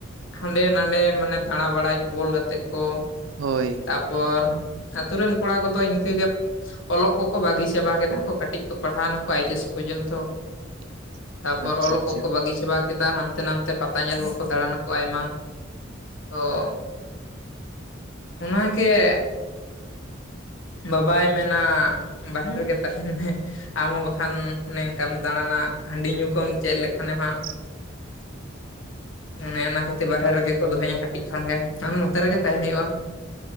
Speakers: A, on the left (about 80°); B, on the right (about 80°).
A: ᱦᱟᱸᱰᱮ ᱱᱟᱰᱮ ᱢᱟᱱᱮ ᱫᱟᱬᱟ ᱵᱟᱲᱟᱭ ᱠᱚ ᱵᱚᱞ ᱜᱟᱛᱮᱜᱽ ᱠᱚ
B: ᱦᱳᱭ
A: ᱛᱟ ᱯᱚᱨ ᱟᱹᱛᱩ ᱨᱮᱱ ᱠᱚᱲᱟ ᱠᱚᱫᱚ ᱤᱱᱠᱟᱹ ᱜᱮ ᱚᱞᱚᱜ ᱠᱚᱠᱚ ᱵᱟᱹᱜᱤ ᱪᱟᱵᱟ ᱠᱮᱫᱟ ᱠᱚ ᱠᱟᱹᱴᱤᱡ ᱠᱚ ᱯᱟᱲᱦᱟᱣᱱᱟ ᱠᱚ ᱟᱭᱤᱪ ᱮᱥ ᱯᱚᱨᱡᱚᱱᱛᱚ
B: <inaudible>
A: ᱛᱟ ᱯᱚᱨ ᱚᱞᱚᱜ
B: ᱟᱪᱪᱷᱟ
A: ᱠᱚᱠᱚ ᱵᱟᱹᱜᱤ ᱪᱟᱵᱟ ᱠᱮᱫᱟ ᱦᱟᱱᱛᱮ ᱱᱟᱛᱮ ᱯᱟᱛᱟ ᱧᱮᱞ ᱠᱚᱠᱚ ᱫᱟᱬᱟᱱᱟ ᱠᱚ ᱟᱭᱢᱟ ᱛᱚ ᱚᱱᱟᱜᱮ ᱵᱟᱵᱟᱭ ᱢᱮᱱᱟ ᱵᱟᱦᱨᱮ ᱨᱮᱜᱮ ᱛᱟᱦᱮᱱ ᱢᱮ ᱟᱢᱦᱚᱸ ᱵᱟᱠᱷᱟᱱ ᱚᱱᱮ ᱚᱱᱠᱟᱢ ᱫᱟᱬᱟᱱᱟ ᱦᱟᱺᱰᱤ ᱧᱩ ᱠᱚᱢ ᱪᱮᱫ ᱞᱮᱠᱷᱟᱱᱮᱢ ᱦᱟᱸᱜ
B: <inaudible>
A: ᱚᱱᱮ ᱚᱱᱟ ᱠᱷᱟᱹᱛᱤᱨ ᱵᱟᱦᱨᱮ ᱨᱮᱜᱮ ᱠᱚ ᱫᱚᱦᱚᱧᱟ ᱠᱟᱹᱴᱤᱡ ᱠᱷᱚᱱᱜᱮ ᱱᱚᱛᱮ ᱨᱮᱜᱮ ᱛᱟᱦᱮᱱ ᱦᱩᱭᱩᱜᱼᱟ